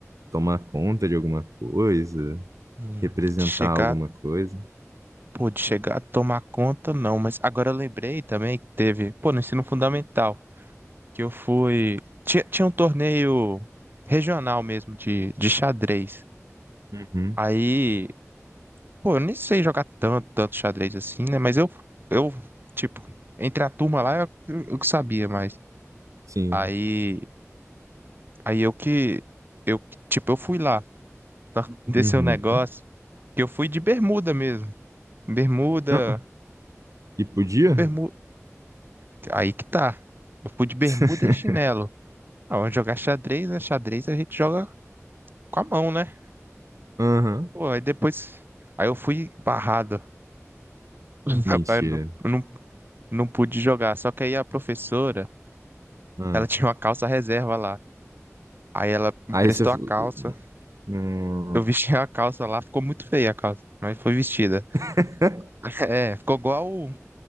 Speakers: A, on the right (about 85°); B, on the right (about 40°).
A: tomar conta de alguma coisa,
B: Hum,
A: representar
B: De chegar,
A: alguma coisa?
B: pô, de chegar a tomar conta, não. Mas agora eu lembrei também que teve, pô, no ensino fundamental, que eu fui. Tinha, tinha um torneio regional mesmo de, de xadrez.
A: Uhum.
B: Aí. Pô, eu nem sei jogar tanto, tanto xadrez assim, né? Mas eu, eu, tipo, entre a turma lá, eu, eu que sabia, mas
A: Sim.
B: aí, aí eu que, eu, que- tipo, eu fui lá, tá? <laughs> Desse
A: Uhum.
B: o negócio, que eu fui de bermuda mesmo, bermuda,
A: Ah, ah. e podia?
B: bermuda, aí que tá, eu fui de bermuda
A: <laughs>
B: e chinelo. Ah, vamos jogar xadrez, né? Xadrez a gente joga com a mão, né?
A: Aham.
B: Pô, aí depois, aí eu fui barrado, <laughs>
A: Mentira.
B: eu não, eu não, não pude jogar, só que aí a professora,
A: Ah.
B: ela tinha uma calça reserva lá. Aí ela me
A: Aí
B: emprestou
A: você. fu-
B: a calça.
A: Nossa.
B: Eu vesti a calça lá, ficou muito feia a calça, mas foi vestida.
A: <laughs>
B: <laughs> É, ficou igual o-